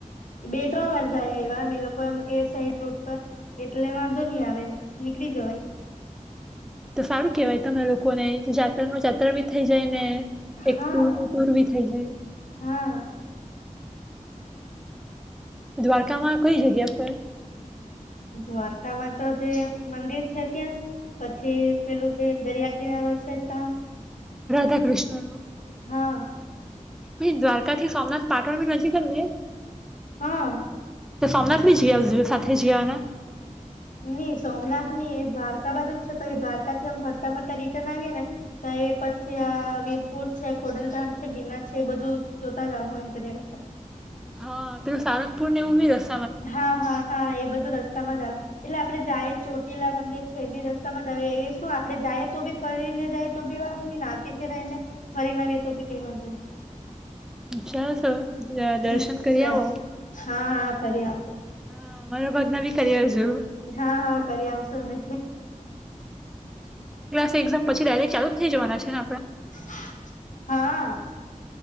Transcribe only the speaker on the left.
બે ત્રણ વાર જાય આયવા અમે લોકો એમ એ સાઈડ રૂટ પર, એટલે વાંધો નહીં આવે એમ, નીકળી જવાય.
હા
હા
દ્વારકામાં તો જે મંદિર છે ત્યાં. પછી પેલું જે દરિયા કિનારો છે તા
હા.
હા
ની સોમનાથ ની એ દ્વારકા બાજુ જ છે પછી દ્વારકા થીમ ફરતા ફરતા રિટર્ન આવીએ ને તો એ પછી આહ વીરપુર છે ખોડલધામ છે ગિરનાર છે એ બધું જોતા જાવ હું એમ કરી્યા કરતા.
હા હા હા એ બધું રસ્તામાં જ આવે. એટલે આપડે જાએ ચોટીલા મંદિર છે બી રસ્તામાં જ એ શું આપડે જાએ તો બી ફરીને જાય તો બી વાંધો નઈ આવતી ફેરાવીને ફરીને આવીએ તો બી કઈ વાંધો નહી.
હમ
સર
હા હા ફરી આશે.
હા હા કરી આવશો ને.
હા. હા.